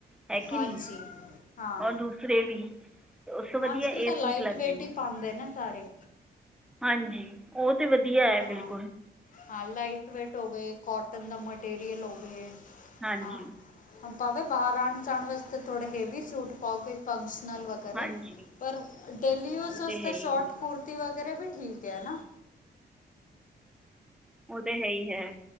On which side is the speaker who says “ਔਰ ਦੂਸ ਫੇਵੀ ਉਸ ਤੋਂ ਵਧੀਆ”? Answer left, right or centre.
Centre